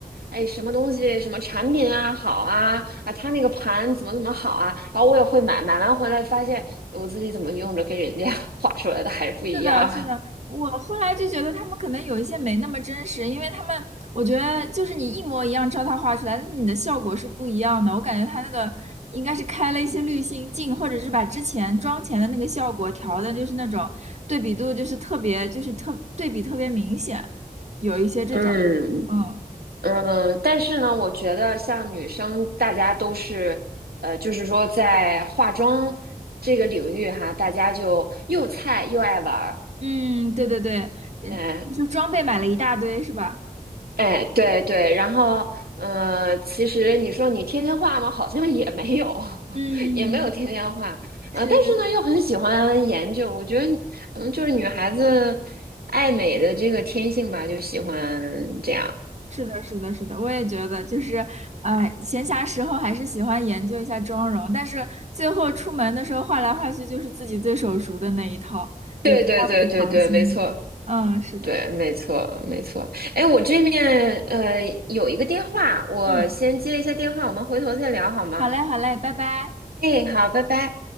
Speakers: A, on the right; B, on the right.
A: 哎，什么东西什么产品啊好啊啊，它那个盘怎么怎么好啊，然后我也会买，买完回来发现我自己怎么用着跟人家 <laughs> 画出来的还不一样，
B: 是的，是的，我后来就觉得他们可能有一些没那么真实，因为他们，我觉得就是你一模一样照他画出来，但是你的效果是不一样的。我感觉他那个应该是开了一些滤镜镜，或者是把之前妆前的那个效果调的，就是那种对比度就是特别，就是特对比特别明显，有一些这种，
A: <laughs> 嗯。
B: 嗯。
A: 嗯，但是呢，我觉得像女生，大家都是，呃，就是说在化妆这个领域哈，大家就又菜又爱玩儿，
B: 嗯，对对对，就就装备买了一大堆是吧？
A: 哎哎，对对，然后，呃，其实你说你天天画吗？好像也没有，
B: 嗯，
A: <laughs> 也没有天天画，
B: 是
A: 呃，但是呢，又很喜欢研究，我觉得可能就是女孩子爱美的这个天性吧，就喜欢这样。
B: 是的，是的，是的，我也觉得，就是，呃，闲暇时候还是喜欢研究一下妆容，但是最后出门的时候换来换去就是自己最手熟的那一套，
A: 对对对对对，
B: 也不太会尝新的。
A: 没错。
B: 嗯，是的，
A: 对，
B: 是的，
A: 没错，没错。哎，我这面呃有一个电话，我先接一下电话，
B: 嗯，
A: 我们回头再聊好吗？
B: 好嘞，好嘞，拜拜。
A: 哎，好，拜拜。